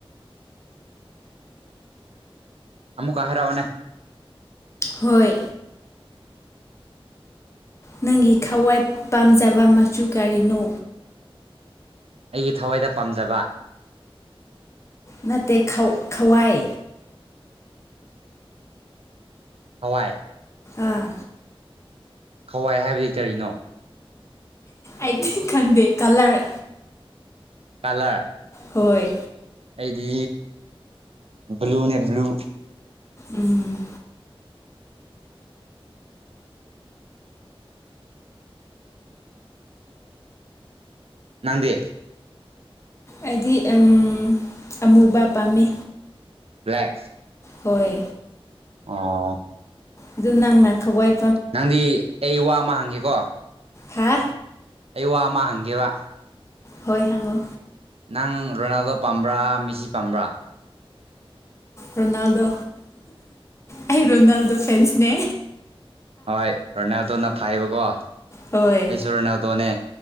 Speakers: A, on the right; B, on the left.
A: ꯑꯃꯨꯀ ꯑ ꯍꯔꯥꯎꯅꯅꯦ
B: ꯍꯣꯏ ꯅꯪꯒꯤ ꯈꯋꯥꯏ ꯄꯥꯝꯖꯕ ꯃꯆꯨ ꯀꯔꯤꯅꯣ
A: ꯑꯩꯒꯤ ꯊꯋꯥꯏꯗ ꯄꯥꯝꯖꯕ
B: ꯅꯠꯇꯦ ꯈꯋꯥꯏ
A: ꯍꯋꯥꯏ
B: ꯑꯥ
A: ꯍꯋꯥꯏ ꯍꯥꯏꯕꯗꯤ ꯀꯔꯤꯅꯣ
B: ꯑ ꯇ ꯈꯗꯦ ꯀꯂꯔ
A: ꯀꯂ
B: ꯍꯣꯏ
A: ꯑꯩꯗꯤ ꯕ꯭ꯂꯨꯅꯦ ꯕ꯭ꯂꯨ
B: ꯎꯝ
A: ꯅꯪꯗꯤ
B: ꯑꯩꯗꯤ ꯎꯝ ꯑꯃꯨꯕ ꯄꯥꯝꯃꯦ
A: ꯕ꯭ꯂꯦꯛ
B: ꯍꯣꯏ
A: ꯑꯣ
B: ꯑꯗꯨ ꯅꯪꯅ ꯈꯧꯋꯥꯏ
A: ꯅꯪꯗꯤ ꯑꯩ ꯋꯥ ꯑꯃ ꯍꯪꯒꯦꯀꯣ
B: ꯍꯥ
A: ꯑꯩ ꯋꯥ ꯑꯃ ꯍꯪꯒꯦꯕ
B: ꯍꯣꯏ ꯍꯪꯉꯣ
A: ꯅꯪ ꯔꯣꯅꯥꯜꯗꯣ ꯄꯥꯝꯕ꯭ꯔꯥ ꯃꯤꯁꯤ ꯄꯥꯝꯕ꯭ꯔꯥ
B: ꯔꯣꯅꯥꯜꯗꯣ ꯑꯩ ꯔꯣꯅꯥꯜꯗꯣ ꯐ꯭ꯔꯦꯟꯁꯅꯦ
A: ꯍꯣꯏ ꯔꯣꯅꯥꯜꯗꯣꯅ ꯐꯥꯏꯕꯀꯣ ꯑꯩꯁꯨ
B: ꯍꯣꯏ
A: ꯔꯣꯅꯥꯜꯗꯣꯅꯦ